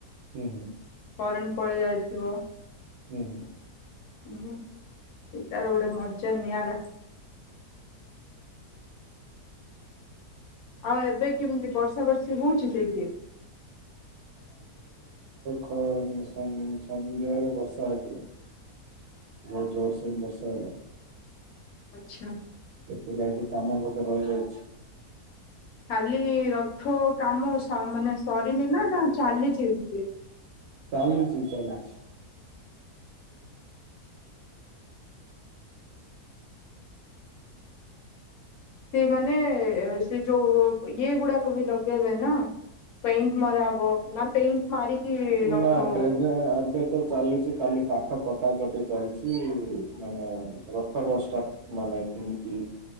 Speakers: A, on the right; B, on the left.
A: ହୁଁ ହୁଁ।
B: ଫରଣ ପଳେଇ ଆଇଥିବ
A: ହୁଁ ହୁଁ।
B: <inaudible> ହଁ ସେ ତାର ଗୋଟେ ମଜା ନିଆରା। <inaudible> ଆଉ ଏବେ କେମିତି ବର୍ଷା ବର୍ଷି ହଉଛି ସେଇଠି? <inaudible>
A: ଖ ସମୁଦାୟରେ ବର୍ଷା ହେଇଥିଲା। <inaudible> ବହୁତ ଜୋର ସେ ବର୍ଷା ହେଲା।
B: ଆଚ୍ଛା।
A: ସେ ପିଲାଟି କାମ ବୋଧେ ରହିଯାଇଛି?
B: ଖାଲି ରଥ କାମ ମାନେ ସରିିନି ନା ନା ଚାଲିଛିି ଏମିତି?
A: ଚାଲିଚି ଚାଲିଚି
B: ସେ ମାନେ ସେ ଯୋଉ ଇଏ ଗୁଡାକ ବି ଲଗେଇବେ ନା? ପେଣ୍ଟ ମରା ଆବ ନା ପେଣ୍ଟ ମାରିକି
A: <unintelligible>
B: ରଥ
A: ତ ଚାଲିଛି ଖାଲି କାଠ କଟାକଟି ଚାଲିଛି ମାନେ ରଥ <unintelligible> ମାନେ ମୈତ୍ରୀ ମିତି